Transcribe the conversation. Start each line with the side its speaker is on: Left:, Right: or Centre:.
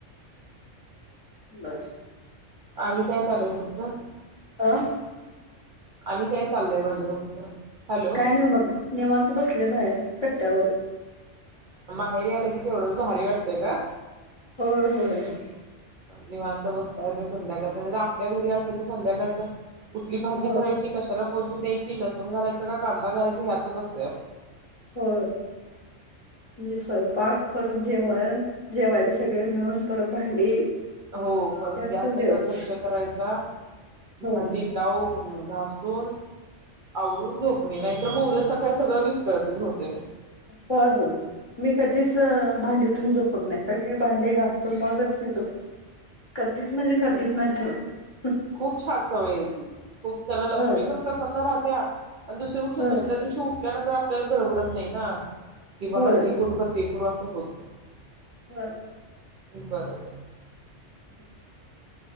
Left: बर
Right: आणि काय चालय तुमचं
Left: अं
Right: आणि काय चाललंय म्हणलं तुमचं? हॅलो
Left: काय नाही बघा निवांत बसले बाहेर कट्यावर
Right: भाइर याल की तेवढंच भारी वाटतंय ना?
Left: होय, होय, होय.
Right: निवांत बसता येतय संध्याकाळचं. नाही तर आपल्या घरी असलं की संध्याकाळचं कुठली भाजी
Left: होय
Right: करायची कशाला फोडणी द्यायची. लसूण घालायचा का कांदा घालायचा ह्यातच असतोय आपण.
Left: हो मिसळ पाक परत जेवण जेवायचे सगळे मिळून परत भांडी
Right: हो परत
Left: यातच
Right: गॅस
Left: दिवस
Right: कट्टा स्वच्छ करायचा.
Left: होय
Right: भांडी लावू ह् घासून आवरून झोपणे नाहीतर म उद्या सकाळी सगळं विस्कळत होते
Left: होय, होय मी कधीच भांडी ठेवुन झोपत नाही. सगळी भांडे घासुन मगच मी झोपतोय. कधीच म्हणजे कधीच नाही ठेवत.
Right: खूप छान सवय आहे ती. खूप खर लक्ष्मी
Left: होय
Right: पण प्रसन्न राह होत्या आणि गोष्ट
Left: होय
Right: दुसऱ्या दिवशी उ त्यानंतर आपल्याला घरबडत नाही ना की
Left: होय
Right: बाबा हे करू का ते करू अस होत नाय
Left: हा
Right: बरोबर.
Left: <inaudible>